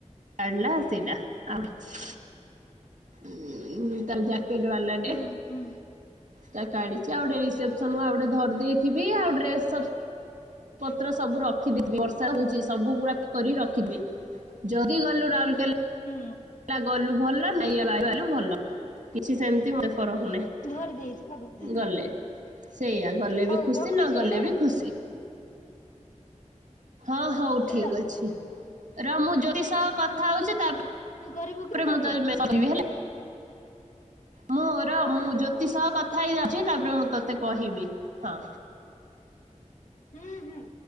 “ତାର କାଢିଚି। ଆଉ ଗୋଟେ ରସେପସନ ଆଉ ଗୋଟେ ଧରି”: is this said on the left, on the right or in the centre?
Right